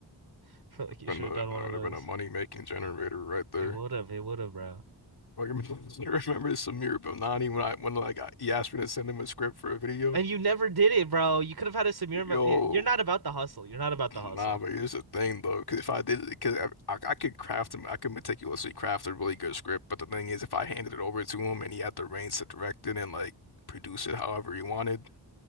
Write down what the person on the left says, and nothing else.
been
a
that
would
have been a money making generator right there.
Like, <laughs> I remember Samir Bonani when I when like I, he asked me to send him a script for a video.
Yo,
<clears throat>
nah, but here's the thing though, because if I did, because I, I I could craft him, I could meticulously craft a really good script. But the thing is, if I handed it over to him and he had the reins to direct it and like produce it however he wanted,